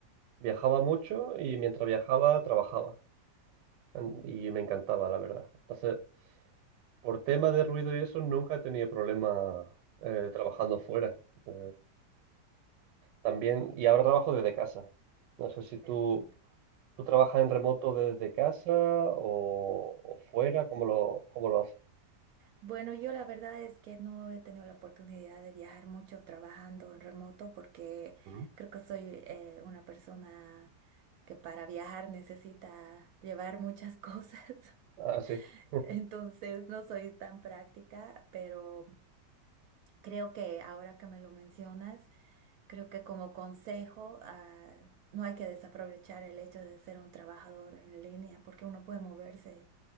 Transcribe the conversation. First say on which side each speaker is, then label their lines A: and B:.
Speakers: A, on the right (about 90°); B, on the right (about 70°).
A: Viajaba mucho y mientras viajaba trabajaba. En- Y me encantaba, la verdad. Entonces, por tema de ruido y eso, nunca he tenido problemas eh, trabajando fuera. Eh, también, y ahora trabajo desde casa. No sé si tú
B: Perfecto.
A: ¿Tú trabajas en remoto desde casa o, o fuera? ¿Cómo lo, cómo lo haces?
B: Bueno, yo la verdad es que no he tenido la oportunidad de viajar mucho trabajando en remoto porque
A: Ujú,
B: creo que soy eh, una persona que para viajar necesita llevar muchas cosas. <laughs>
A: Ah, sí. <laughs>
B: Entonces no soy tan práctica, pero creo que ahora que me lo mencionas, creo que como consejo, ah, no hay que desaprovechar el hecho de ser un trabajador en línea, porque uno puede moverse